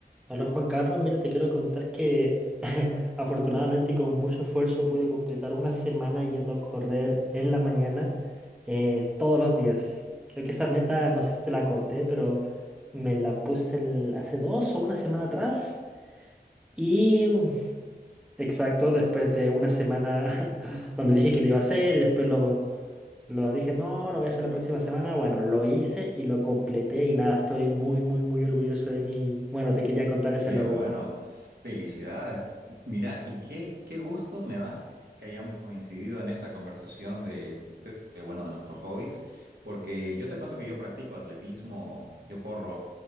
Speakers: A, in the centre; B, on the right.
A: Hola Juan Carlos, mira, te quiero contar que <laughs> afortunadamente y con mucho esfuerzo pude completar una semana yendo a correr en la mañana eh, todos los días. Creo que esa meta, no sé si te la conté, pero me la puse el- hace dos o una semana atrás. Y exacto, después de una semana <laughs> donde dije que lo iba a hacer y después lo, lo dije, no,
B: Oh,
A: lo voy a hacer la próxima semana. Bueno, lo hice y lo completé y nada, estoy muy, muy, muy orgulloso de mí. Bueno, te quería contar
B: qué
A: ese logro.
B: bueno, felicidades. Mira, y qué, qué gusto me da que hayamos coincidido en esta conversación de, de- de, bueno, de nuestros hobbies, porque yo te cuento que yo practico atletismo, yo corro